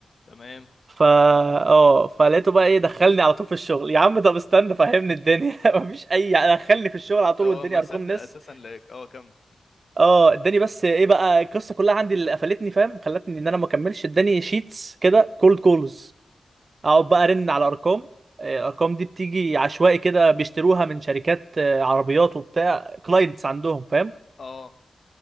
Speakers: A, on the left; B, on the right.
A: تمام
B: فا اه فلقيته بقى ايه دخلني على طول في الشغل يا عم طب استنى فهمني الدنيا <laughs> مفيش اي دخلني في الشغل على طول
A: هو
B: والدنيا
A: ما
B: ارقام
A: صدق
B: ناس
A: اساسا لك اه كم
B: اه اداني بس ايه بقى القصه كلها عندي اللي قفلتني فاهم خلتني ان انا ما اكملش اداني شيتس كده كولد كولز اقعد بقى ارن على ارقام آه، الارقام دي بتيجي عشوائي كده بيشتروها من شركات آه، عربيات وبتاع كلاينتس عندهم فاهم
A: اه